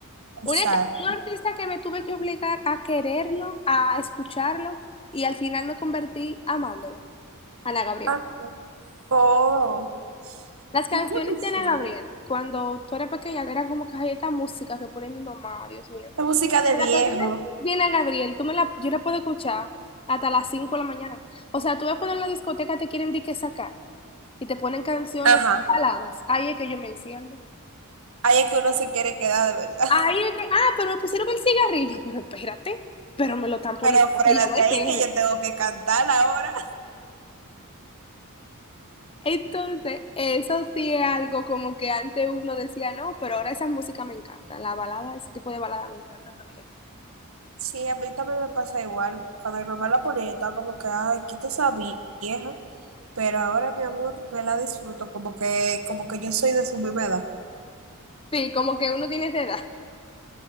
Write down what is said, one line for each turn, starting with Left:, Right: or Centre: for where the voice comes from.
Right: Exacto.
Left: Una can- un artista que me tuve que obligar a quererlo, a escucharlo, y al final me convertí amándolo, Ana Gabriel.
Right: Ah, Oh,
Left: Las canciones
Right: y yo, pues,
Left: de Ana
Right: bueno,
Left: Gabriel, cuando tú eras pequeña, eran como que "Ay, esta música que pone mi mamá, Dios mío.
Right: La música de viejo.
Left: La canción de Diana Gabriel, tú me la, yo la puedo escuchar hasta las cinco de la mañana. O sea, tú ves cuando en la discoteca te quieren de que sacar y te ponen canciones
Right: Ajá.
Left: baladas. Ahí es que yo me enciendo.
Right: Ahí es que uno se quiere quedar de verdad.
Left: Ahí es que, ah, pero me pusieron el cigarrillo. Pero espérate, pero me
Right: <laughs>
Left: lo están poniendo
Right: Pero
Left: para
Right: frénate
Left: que yo me
Right: ahí
Left: quede.
Right: que yo tengo que cantar ahora.
Left: Entonces, eso sí es algo como que antes uno decía, no, pero ahora esa música me encanta. La balada, ese tipo de balada me encanta también.
Right: Sí, a mí también me pasa igual. Cuando mi mamá la ponía, yo estaba como que, ay, quita esa vieja. Pero ahora, mi amor, me la disfruto como que, como que yo soy de su misma edad.
Left: Sí, como que uno tiene esa edad.